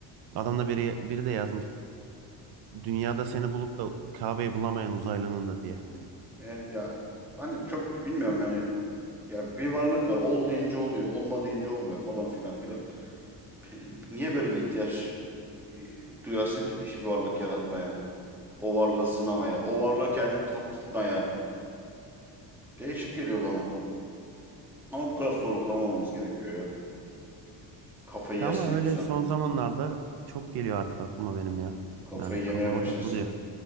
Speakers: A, on the right; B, in the centre.
A: Adam da biri biri de yazmış. Dünyada seni bulup da Kabe'yi bulamayan uzaylının da diye.
B: Yani ya hani çok bilmiyorum hani ya bir varlık var. Ol deyince oluyor, olma deyince olmuyor falan filan filan. Yani Niye böyle bir ihtiyaç e, duyarsın ki bir şey- bir varlık yaratmaya? O varlığı sınamaya, o varlığı kendine taptırtmaya. Değişik geliyor bana. Ama bu kadar sorgulamamamız gerekiyor ya. Kafayı
A: İşte
B: yersin
A: ama
B: yoksa.
A: öyle son zamanlarda çok geliyor artık aklıma benim ya.
B: Kafayı
A: Yani
B: yemeye
A: kafama
B: başlarsın.
A: takılıyor.